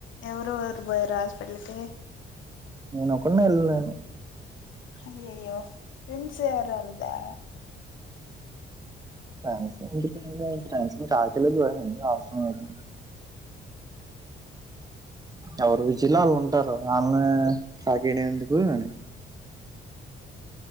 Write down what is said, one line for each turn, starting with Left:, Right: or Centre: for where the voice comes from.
Left: ఎవరెవరు పోయారు హాస్పిటల్ కి
Right: నేను ఒకన్నే వెళ్ళను
Left: అయ్యయ్యో ఫ్రెండ్స్ ఎవరు రాలేదా
Right: ఫాన్సి ఇండిపెండెడ్ ఫ్రాన్సు ఆకలె దూరంగుంది అవసరం లేదు. ఎవరు జిల్లళ్ళు ఉంటారు నా ఫాకిని ఎందుకూ అని